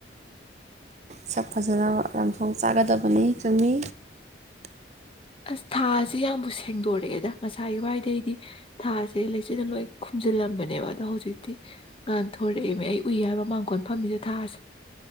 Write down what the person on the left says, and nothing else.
ꯑꯁ ꯊꯥꯁꯦ ꯌꯥꯝꯕꯨ ꯁꯦꯡꯗꯣꯔꯛꯑꯦꯗ ꯉꯁꯥꯏ ꯋꯥꯏꯗꯩꯗꯤ ꯊꯥꯁꯦ ꯂꯩꯆꯤꯜꯅ ꯂꯣꯏ ꯈꯨꯝꯖꯤꯜꯂꯝꯕꯅꯦꯕ ꯑꯗꯣ ꯍꯧꯖꯤꯛꯇꯤ ꯉꯥꯟ ꯊꯣꯔꯛꯑꯦꯕ ꯑꯩ ꯎꯏ ꯍꯥꯏꯕ ꯃꯥꯡꯈꯣꯟ ꯐꯝꯃꯤꯁꯦ ꯊꯥꯥꯁꯦ